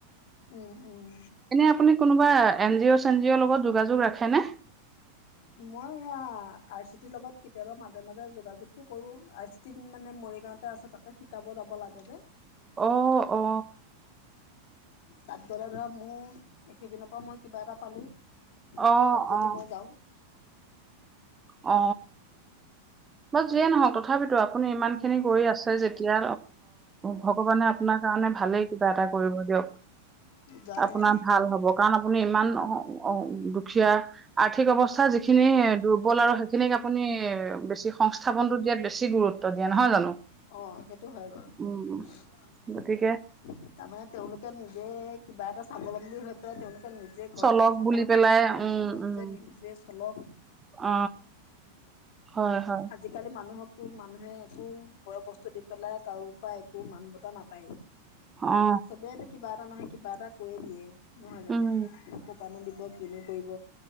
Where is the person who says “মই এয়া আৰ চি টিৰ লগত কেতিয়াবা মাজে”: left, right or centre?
Left